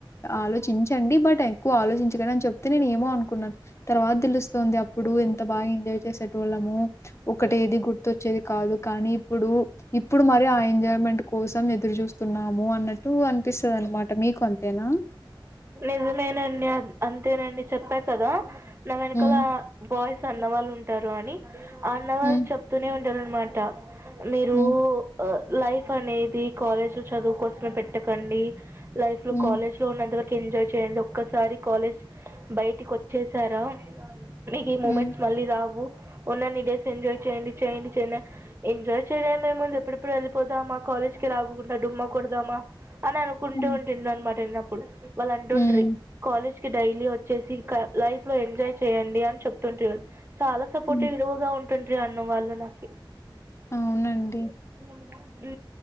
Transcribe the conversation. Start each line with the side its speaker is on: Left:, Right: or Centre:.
Left: ఆలోచించండి బట్ ఎక్కువ ఆలోచించకానీ అని చెప్తే నేను ఏమో అనుకున్నాను తర్వాత తెలుస్త ఉంది అప్పుడు ఎంత బాగా ఎంజాయ్ చేసేట వాళ్ళము ఒకటి ఏది గుర్తుొచ్చేది కాదు కానీ ఇప్పుడు ఇప్పుడు మరి ఆ ఎంజాయ్మెంట్ కోసం ఎదురు చూస్తున్నాము అన్నట్టు అనిపిస్తుంది అనమాట మీకు అంతేనా
Right: నిజమేనండి అంతేనండి చెప్పా కదా నా వెనకాల
Left: హ్మ్.
Right: బాయ్స్ అన్నవాళ్ళు ఉంటారు అని ఆ అన్నవాళ్ళు
Left: హ్మ్.
Right: చెప్తూనే ఉ నమాట మీరు
Left: హ్మ్.
Right: లైఫ్ అనేది కాలేజ్ లో చదువుకోసమే పెట్ట పెటకండి లైఫ్ లో
Left: హ్మ్.
Right: కాలేజ్ లో ఉన్నంత వర ఎంజాయ్ చేయండి ఒక్కసారి కాలేజ్ బయటికి వచ్చేసారా ఇ ఈ మూమెంట్స్
Left: హ్మ్.
Right: మళ్ళీ రావు ఉన్నన్ని డేస్ ఎంజాయ్ చేయండి చేయండియ ఎంజాయ్ చేయడమేముంది ఎప్పుడప్పుడు వెళ్ళిపోతా మాకు కాలేజ్ కి రాకుండా డుమ్మ కోడదామా అని అనుకుంటూ
Left: హ్మ్.
Right: ఉంటుండ అనమాట నేను అనప్పుడు వాళ్ళు అంటు
Left: హ్మ్.
Right: ఉంట్రి కాలేజ్ డైలీ వచ్చేసి లైఫ్ లో ఎంజాయ్ చేయండి అని చెప్తుంటూరి చాలా సపోర్టివ్
Left: హ్మ్.
Right: విలువగా ఉంటుండీ అన్న వాళ్ళు నాకి
Left: అవునండి.
Right: ఉ